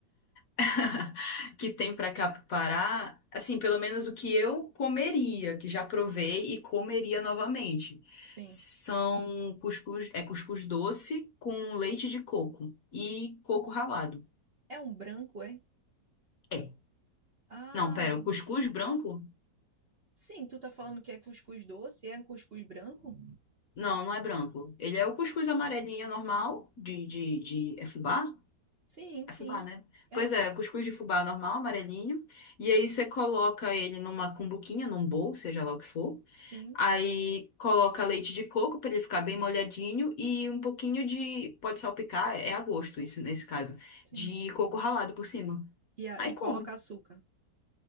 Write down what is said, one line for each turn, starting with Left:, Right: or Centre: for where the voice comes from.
Left: <laughs> Que tem pra cá pro Pará, assim, pelo menos o que eu comeria, que já provei e comeria novamente.
Right: sim.
Left: São cuscuz, é cuscuz doce com leite de coco e coco ralado.
Right: É um branco, é?
Left: é
Right: Ah,
Left: Não, pera, o cuscuz branco?
Right: sim, tu tá falando que é cuscuz doce, é um cuscuz branco?
Left: Não, não é branco. Ele é o cuscuz amarelinho normal, de, de, de... É fubá?
Right: Sim,
Left: É
Right: sim.
Left: fubá, né?
Right: É,
Left: Pois
Right: fubá.
Left: é, cuscuz de fubá normal, amarelinho. E aí você coloca ele numa cumbuquinha, num bowl, seja lá o que for.
Right: Sim,
Left: Aí coloca leite de coco para ele ficar bem molhadinho e um pouquinho de... Pode salpicar, é a gosto isso nesse caso.
Right: sim.
Left: De coco ralado por cima.
Right: E, a,
Left: Aí
Right: e
Left: come.
Right: coloca açúcar.